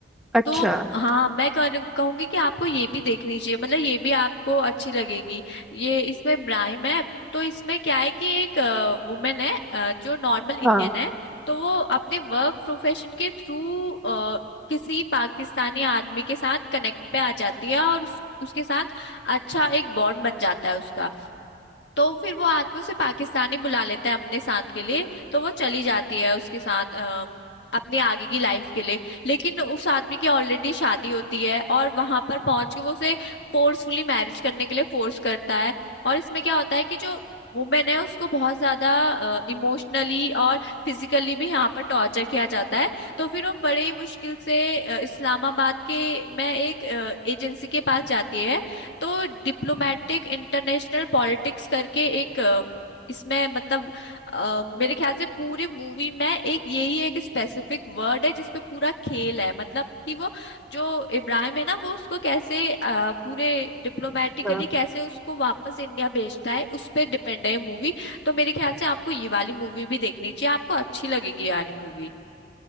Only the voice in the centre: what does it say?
अच्छा
हाँ
हाँ